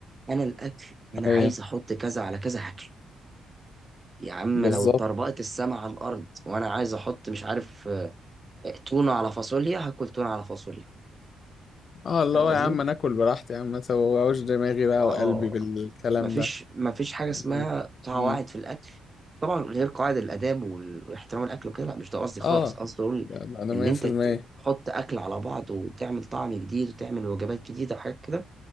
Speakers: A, on the right; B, on the left.
A: انا الاكل انا
B: ايوه
A: عايز احط كذا على كذا هاكل يا عم
B: بالظبط
A: لو اتطربقت السما على الارض وانا عايز احط مش عارف آه، تونه على فاصوليا هاكل تونه على فاصوليا
B: اه اللي
A: فاهم
B: هو
A: قصدي؟
B: يا عم انا اكل براحتي يا عم ما توجعوش دماغي بقى
A: اه
B: وقلبي بالكلام
A: مفيش
B: ده
A: مفيش حاجة اسمها
B: اه
A: قواعد
B: امم
A: في الأكل طبعا غير قواعد الآداب وال- واحترام الأكل وكده لا مش ده قصدي خالص
B: اه
A: قصدي أقول
B: ده ده انا
A: إن
B: 100%
A: أنت ت- تحط أكل على بعض وتعمل طعم جديد وتعمل وجبات جديدة وحاجات كده